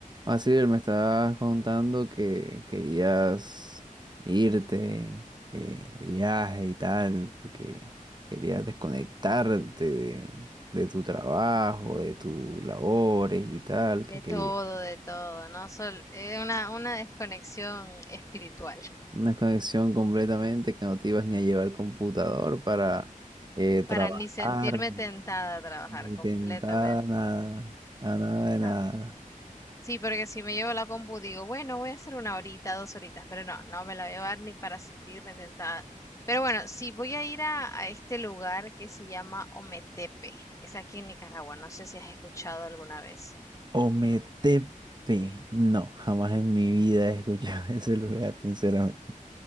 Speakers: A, on the right (about 30°); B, on the left (about 20°).
A: Así me estabas contando que querías irte eh, de viaje y tal, porque querías desconectarte de, de tu trabajo, de tus labores y tal, que
B: De
A: querías
B: todo, de todo, ¿no? Sol, eh, una, una desconexión espiritual
A: una desconexión completamente que no te ibas ni a llevar computador para eh, trabajar,
B: para ni sentirme tentada a trabajar
A: ni
B: completamente.
A: tentar nada, a nada de
B: Ah,
A: nada.
B: Sí, porque si me llevo la compu digo, bueno, voy a hacer una horita, dos horitas, pero no, no me la voy a llevar ni para sentirme tentada. Pero bueno, sí, voy a ir a, a este lugar que se llama Ometepe. Es aquí en Nicaragua, no sé si has escuchado alguna vez.
A: O Ometepe, no, jamás en mi vida he escuchado <laughs> ese lugar, sinceramente.